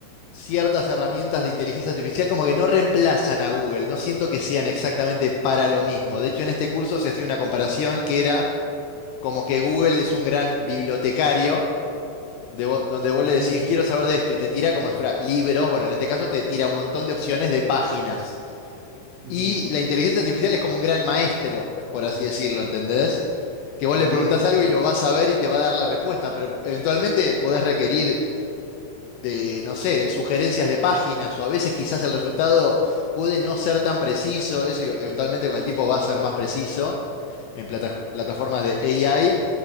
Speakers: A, on the left (about 80°); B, on the right (about 80°).
A: ciertas herramientas de inteligencia artificial como que no reemplazan a Google, no siento que sean exactamente para lo mismo. De hecho, en este curso se hacía una comparación que era como que Google es un gran bibliotecario, de vo- donde vos
B: Ujú,
A: le decís, quiero saber de esto, y te tira como si fuera libros, bueno, en este caso te tira un montón de opciones de páginas.
B: ujú,
A: Y la inteligencia artificial es como un gran maestro, por así decirlo, ¿entendés? Que vos
B: ujú,
A: le preguntás
B: sí.
A: algo y lo vas a ver y te va a dar la respuesta, pero eventualmente podés requerir de, no sé, sugerencias de páginas o a veces quizás el resultado puede no ser tan preciso, eso yo- eventualmente con el tiempo va a ser más preciso en plata- plataformas de AI,